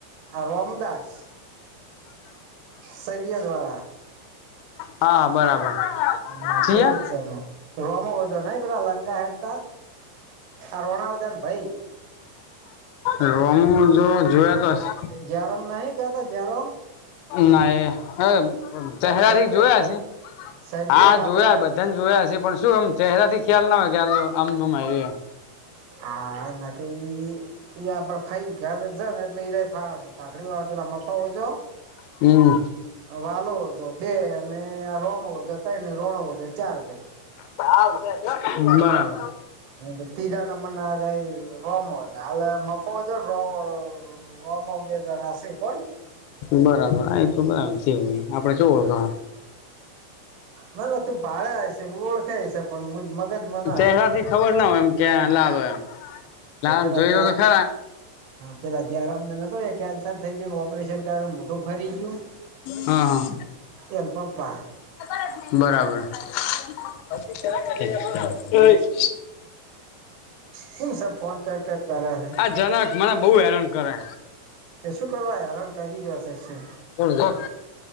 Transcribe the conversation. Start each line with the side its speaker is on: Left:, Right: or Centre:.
Right: રમદાસ, સરયત વાળ.
Left: હા બરાબર.
Right: હમ્મ હું
Left: ચિયા
Right: વાત જાણો? રોમો વધો નહી પેલા લાંંગા હેડતા, આ રોણા બધા ને ભાઈ
Left: રમુ જો જોયા તો હસે?
Right: જરમ નહીં કતા જરમ.
Left: ના હ ચહેરા
Right: સરિયે
Left: થી જોયા છે,
Right: સરિયદ
Left: હા
Right: આપડે
Left: જોયા બધા. તને જોયા હ પણ શું એમ ચહેરા થી ખ્યાલ ના હોય કે આ આમમ આવ એમ.
Right: આ નાકી એ આપડે ફાઈન ક્યારે જ ને એટલે ઈરા પાખડી વાળા પેલા મફા હોજો.
Left: હમ્મ.
Right: વાલોજો બે અને આ રોમોજો ત્રણની રોણોજો ચાર ભાઈ.
Left: હા <unintelligible> બરાબર
Right: હ તીજા ના હારે રમ હો એટલે હ મફો છે ને રો રોમો બે જણા શે કોણ?
Left: બરાબર આ એક તો બરા છેવું આપડે શું ઓળખાણ.
Right: ના ના તું ભાડે હશે ઓળખે હશે પણ મગજમાં ના હોય
Left: પેહલાથી
Right: એટલે
Left: ખબર ના હોય એમ. ક્યાં
Right: હા
Left: લાલો એમ લાલો
Right: પેલા
Left: ન જોયો
Right: જ્યા
Left: તો ખરા.
Right: પેલા જયરામને નતો એ કેન્સર થઈ ગ્યુંને ઓપરેશન કરઇવુ મોદુ ફરી ગ્યું?
Left: હા હા.
Right: એન પપ્પા.
Left: બરાબર ઠીક છે.
Right: કોણ સે ફોન કર કર કરે હે
Left: આ જનક મને બહુ હેરાન કરે.
Right: કે શું કરવા હેરણ કરી રહ્યો સે?
Left: કોણ <unintelligible>